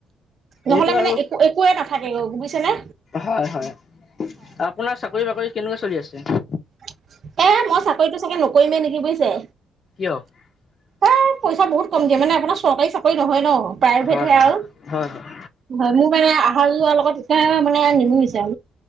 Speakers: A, on the right; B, on the left.
A: নহ'লে
B: এইটো আৰু
A: মানে একো একোৱে নাথাকে বুজিছে নে।
B: হয় হয় আপোনাৰ চাকৰি বাকৰি কেনেকুৱা চলি আছে?
A: এ মই চাকৰিতটো চাকে নকৰিমে নেকি বুজিছে।
B: <unintelligible>
A: এ পইচা বহুত কম দিয় মানে আপোনাৰ চৰী চাকৰি নহয় ন'। প্ৰায়ভেট
B: হয়
A: হে
B: হয়
A: আৰু
B: হয় হয়
A: হয়, মোৰ মানে আহাৰ যোৱাৰ লগত এয়া মানে নিমু নিচাৰ